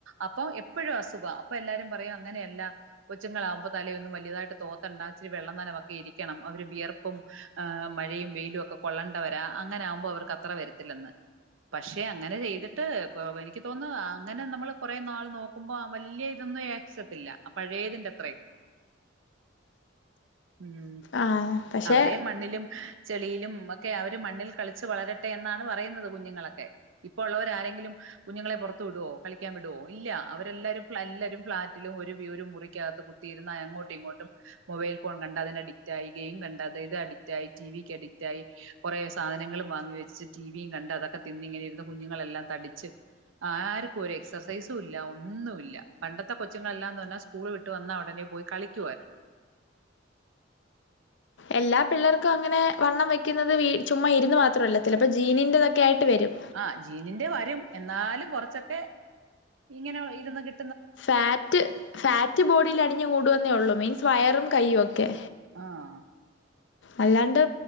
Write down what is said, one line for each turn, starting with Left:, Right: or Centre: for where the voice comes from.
Right: അപ്പൊ എപ്പഴും അസുഖ അപ്പൊ എല്ലാരും പറയും അങ്ങനെയല്ല കൊച്ചുങ്ങളാവുമ്പോ തലയൊന്നും വലിയതായിട്ട് തോത്തണ്ട ച്ചിരി വെള്ളം നനവൊക്കെ ഇരിക്കണം. അവര് വിയർപ്പും ആഹ് മഴയും വെയിലൊക്കെ കൊള്ളേണ്ടവരാ അങ്ങനെ ആവുമ്പോ അവർക്ക് അത്ര വരത്തില്ലെന്ന്. പക്ഷേ അങ്ങനെ ചെയ്തിട്ട് കൊ എനിക്ക് തോന്നുന്നു അങ്ങനെ നമ്മള് കുറെ നാൾ നോക്കുമ്പോ ആ വല്ല്യ ഇതൊന്നും ഏക്സതില്ല ആ പഴയതിന്റെ അത്രം. ഉം
Left: ആഹ് പക്ഷെ
Right: അവരെ മണ്ണിലും ചെളിയിലും മൊക്കെ അവര് മണ്ണിൽ കളിച്ച് വളരട്ടെ എന്നാണ് പറയുന്നത് കുഞ്ഞുങ്ങളൊക്കെ. ഇപ്പ ഉള്ളവരാരെങ്കിലും കുഞ്ഞുങ്ങളെ പൊറത്തു വിടോ കളി ക്കാൻ വിടോ ഇല്ല അവരെല്ലാരും എല്ലാരും ഫ്ലാറ്റിലും ഒരു വ്യൂരും മുറിക്കകത്ത് കുത്തിയിരുന്ന അങ്ങോട്ടു ഇങ്ങോട്ടും മൊബൈൽ ഫോൺ കണ്ട അതിനഡിക്റ്റായി ഗെയിം കണ്ടാതെ ഇത് അഡിക്റ്റായി ടി വിക്ക് അഡിക്റ്റായി കൊറേ സാധനങ്ങളും വാങ്ങി വെച്ച് ടി വിയും കണ്ട് അതൊക്കെ തിന്നിങ്ങനെ ഇരുന്ന് കുഞ്ഞുങ്ങളെല്ലാം തടിച്ച് ആര്ക്കോരെസ് സൈസുല്ല ഒന്നുല്ല പണ്ടത്തെ കൊച്ചങ്ങളെല്ലാംന്ന് പറഞ്ഞാ സ്കൂൾ വിട്ട് വന്നാ ഉടനെ പോയി കളിക്കുവായിരുന്നു.
Left: എല്ലാ പിള്ളേർക്കും അങ്ങനെ വണ്ണം വയ്ക്കുന്നത് വീ ചുമ്മാ ഇരുന്ന് മാത്രമല്ല ചിലപ്പോൾ ജീനിൻ്റതൊക്കെ ആയിട്ട് വരും.
Right: ആഹ് ജീനിന്റെ വരും എന്നാലും കൊറച്ചൊക്കെ ഇങ്ങനെ ഇരുന്ന് കി
Left: ഫാറ്റ് ഫാറ്റ് ബോഡില് അടിഞ്ഞ് കൂടുവന്നേ ഉള്ളൂ മീൻസ് വയറും കൈയ്യൊക്കെ.
Right: ആഹ്
Left: അല്ലാണ്ട്